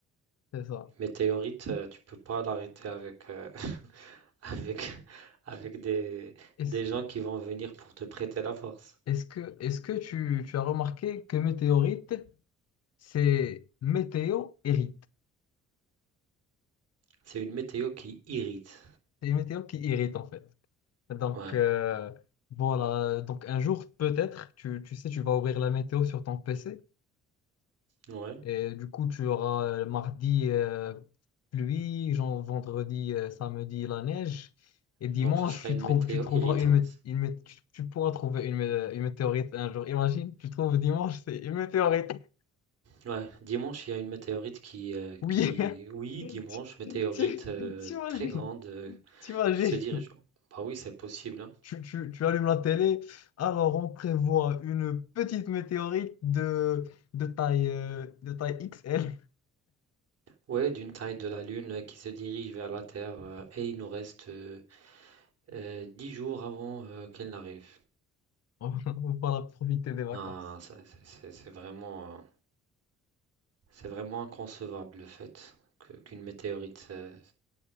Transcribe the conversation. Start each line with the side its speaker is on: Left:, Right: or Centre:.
Left: c'est ça.
Right: Météorite, euh, tu peux pas l'arrêter avec, euh, <laughs> avec, avec des,
Left: Est-ce,
Right: des gens qui vont venir pour te prêter la force.
Left: est-ce que, est-ce que tu, tu as remarqué que météorite, c'est météo hérite.
Right: C'est une météo qui irrite.
Left: C'est météo qui irrite en fait. Donc
Right: Ouais,
Left: euh, voilà. Donc un jour, peut-être, tu, tu sais, tu vas ouvrir la météo sur ton PC.
Right: ouais.
Left: Et du coup, tu auras euh, mardi euh, pluie, genre vendredi, euh, samedi la neige. Et dimanche,
Right: Donc ce sera
Left: tu
Right: une
Left: trouves,
Right: météo
Left: tu trouveras
Right: irritante.
Left: une, mé- une mé- tu, tu pourras trouver une, mé- une météorite un jour. Imagine, tu trouves dimanche, c'est une météorite. <laughs>
Right: Ouais, dimanche, il y a une météorite qui, euh,
Left: Oui,
Right: qui...
Left: <laughs>
Right: Oui,
Left: Tu-
Right: dimanche, météorite
Left: tu-
Right: euh,
Left: t'imagines,
Right: très grande, euh,
Left: t'imagines.
Right: Qui se dirige? Bah oui, c'est possible, hein.
Left: Tu, tu, tu allumes la télé, alors on prévoit une petite météorite de, de taille, euh, de taille XL.
Right: Ouais, d'une taille de la Lune euh, qui se dirige vers la Terre euh, et il nous reste euh, euh, 10 jours avant euh, qu'elle n'arrive.
Left: <laughs> On va pouvoir profiter des vacances.
Right: Non, ça- c'est c'est- c'est vraiment, euh, c'est vraiment inconcevable le fait que- qu'une météorite. euh,